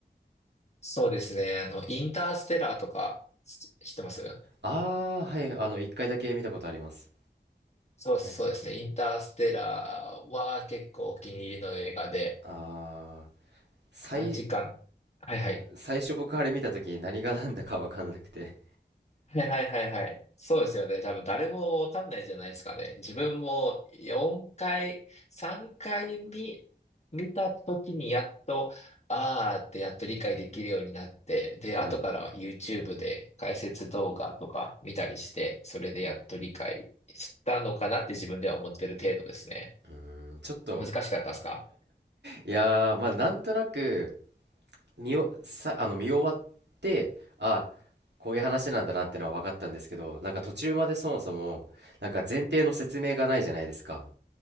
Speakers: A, on the left (about 40°); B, on the right (about 80°).
A: そうですね。あの、インターステラーとか、し知ってます
B: ああー、はい。あの、一回だけ見たことあります。
A: そうそうですね。
B: はいはい。
A: インターステラーは結構お気に入りの映画で、
B: ああ、最、
A: 3時間。はいはい。
B: 最初僕あれ見たとき何が何だかわかんなくて。
A: はいはいはいはい。そうですよね。多分誰もわかんないじゃないですかね。自分も4回、3回見、見た時にやっと、あーってやっと理解できるようになって、で、
B: はい。
A: 後から YouTube で解説動画とか見たりして、それでやっと理解したのかなって自分では思ってる程度ですね。
B: うん、ちょっと、
A: 難しかったですか
B: いやー、まあ、なんとなく、見お、さ、あの、見終わって、あ、こういう話なんだなってのは分かったんですけど、なんか途中までそもそも、なんか前提の説明がないじゃないですか。